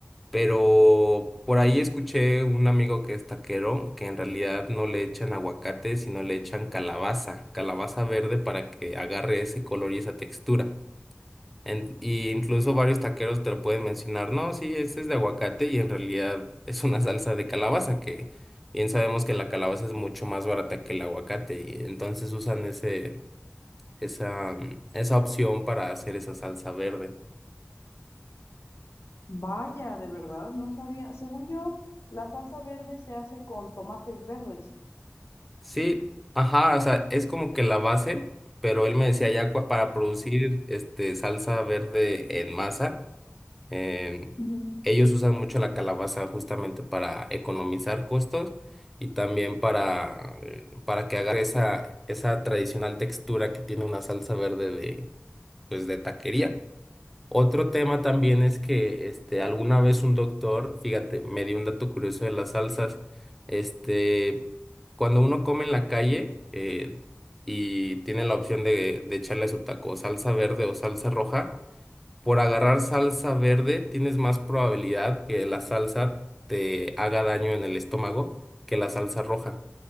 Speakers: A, in the centre; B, on the left.
A: pero por ahí escuché un amigo que es taquero que en realidad no le echan aguacate, sino le echan calabaza, calabaza verde para que agarre ese color y esa textura. En- y incluso varios taqueros te lo pueden mencionar, no, sí, este es de aguacate y en realidad es una salsa de calabaza, que bien sabemos que la calabaza es mucho más barata que el aguacate y entonces usan ese, esa, mm, esa opción para hacer esa salsa verde.
B: Vaya, de verdad, no sabía. Según yo, la salsa verde se hace con tomates verdes.
A: Sí, ajá, o sea, es como que la base, pero él me decía ya cua- para producir este salsa verde en masa. Em,
B: Ujú.
A: ellos usan mucho la calabaza justamente para economizar costos y también para, eh, para que haga esa, esa tradicional textura que tiene una salsa verde de, pues, de taquería. Otro tema también es que este, alguna vez un doctor, fíjate, me dio un dato curioso de las salsas. Este, cuando uno come en la calle eh, y tiene la opción de, de echarle a su taco salsa verde o salsa roja, por agarrar salsa verde tienes más probabilidad que la salsa te haga daño en el estómago que la salsa roja,